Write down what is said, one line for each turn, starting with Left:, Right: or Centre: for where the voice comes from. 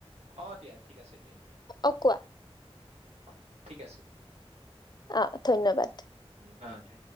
Right: অ', দিয়া, ঠিক আছে। তেন্তে।
Left: অঁ কোৱা।
Right: হয় ঠিক আছে।
Left: অঁ ধন্যবাদ।
Right: উম। অ' ধন্যবাদ